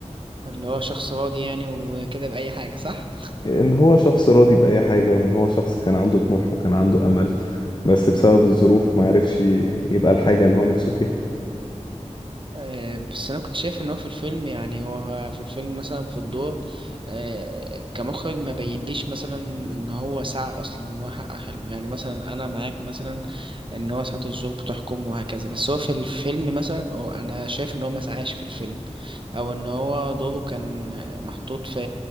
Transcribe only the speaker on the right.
اللي هو شخص راضي يعني وكده بأي حاجة صح
آه، بس انا كنت شايف ان هو في الفيلم يعني هو في الفيلم مثلا في الدور آه، كمخرج ما بينليش مثلا ان هو سعى اصلا ان هو حقق حلمه يعني مثلا انا معاك مثلا ان هو ساعات الظروف بتحكم وهكذا بس هو في الفيلم مثلا أو انا شايف ان هو ما سعاش في الفيلم او ان هو دوره كان محطوط في